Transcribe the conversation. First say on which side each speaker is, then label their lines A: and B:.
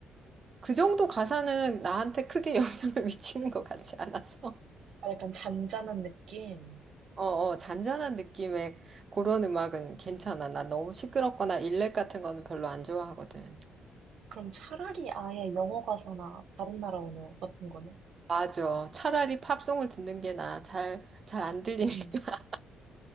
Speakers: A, on the right (about 40°); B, on the right (about 70°).
A: 그 정도 가사는 나한테 크게 영향을 <laughs> 미치는 것 같지 않아서.
B: 아, 약간 잔잔한 느낌.
A: 어, 어, 잔잔한 느낌의 그런 음악은 괜찮아. 나 너무 시끄럽거나 일렉 같은 거는 별로 안 좋아하거든.
B: 그럼 차라리 아예 영어 가사나 다른 나라 언어 같은 거는?
A: 맞아. 차라리 팝송을 듣는 게 나아. 잘, 잘 안 들리니까.
B: 응.
A: <laughs>